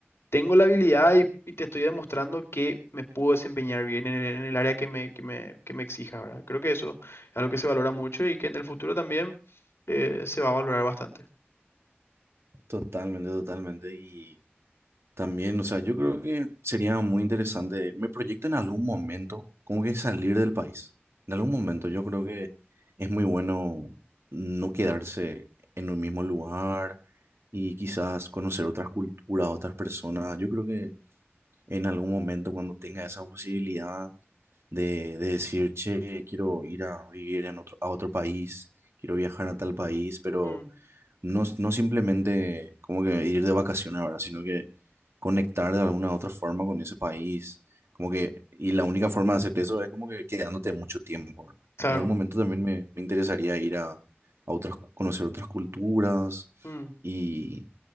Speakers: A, on the left; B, on the right.
A: tengo la habilidad y, y te estoy demostrando que me puedo desempeñar bien en el, en el área que me, que me, que me exija, ¿verdad? Creo que eso es algo que se valora mucho y que en el futuro también eh, se va a valorar bastante.
B: totalmente, totalmente, y... También, o sea, yo creo que sería muy interesante. Me proyecto en algún momento, como que salir del país. En algún momento, yo creo que es muy bueno no quedarse en un mismo lugar y quizás conocer otras culturas, otras personas. Yo creo que en algún momento, cuando tenga esa posibilidad de, de decir, che, quiero ir a vivir en otro, a otro país, quiero viajar a tal país, pero
A: Mm,
B: no, no simplemente como que ir de vacaciones, ¿verdad? Sino que conectar de alguna otra forma con ese país. Como que, y la única forma de hacer eso es como que quedándote mucho tiempo, ¿verdad?
A: claro.
B: En algún momento también me, me interesaría ir a, a otras, cu- conocer otras culturas
A: Mm,
B: y,